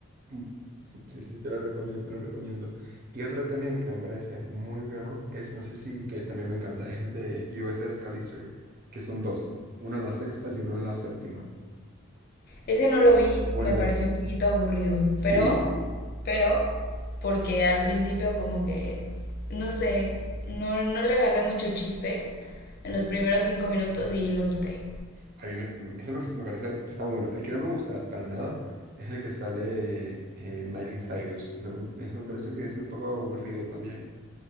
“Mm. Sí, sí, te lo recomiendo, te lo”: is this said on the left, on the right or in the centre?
Right